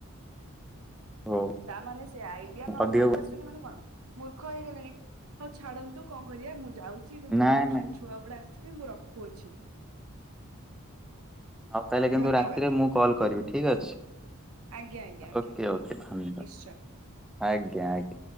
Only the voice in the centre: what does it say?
ଓହୋ
ଅଧିକ
ବୁ-
ନାଇଁ ନାଇଁ
ହଉ ତାହେଲେ କିନ୍ତୁ
ରାତିରେ ମୁଁ କଲ୍ କରିବି ଠିକ୍ ଅଛି।
ଓକେ
ଓକେ ଧନ୍ୟବାଦ
ଆଜ୍ଞା ଆଜ୍ଞା।